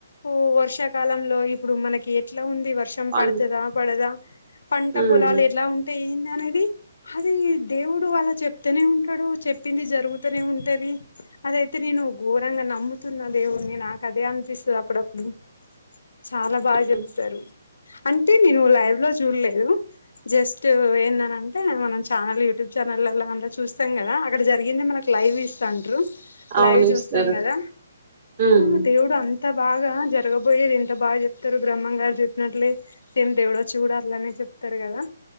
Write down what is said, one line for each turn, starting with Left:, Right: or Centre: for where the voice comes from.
Left: ఊ వర్షాకాలంలో ఇప్పుడు మనకి ఎట్ల ఉంది వ ర్షం
Right: పన్
Left: పడతదా పడదా పంట
Right: హ్మ్.
Left: పొలాలు ఎలా ఉం టే ఏంది అనేది అది దేవుడు అలా చెప్ తనే ఉంటడు చెప్పింది జరుగుతనే ఉంటది అదైతే నేను ఘోరంగ నమ్ముతున్న దేవుడ్ని నాకదే అనిపిస్తది అప్పుడప్పుడు చాలా బాగ చెప్తారు
Right: హ్మ్.
Left: అంటే నేను లైవ్లో చూడ్లేదు జస్ట్ ఎందనియంటే మనం ఛానల్ యూట్యూబ్ ఛానల్లా ఉ చూస్తాం కదా అక్కడ జరిగింది మనకు లైవ్ ఇస్తా ఉంట్రు
Right: అవును
Left: లైవ్ చూస్తాం
Right: ఇస్తారు.
Left: కదా
Right: హ్మ్.
Left: ఉహ్ దేవుడు అం త బాగా జరగబోయేది ఎంత బాగ చెప్తారు బ్రహ్మంగారు చెప్పినట్లే సేమి దేవడో చూడాలానే చెప్తారు కదా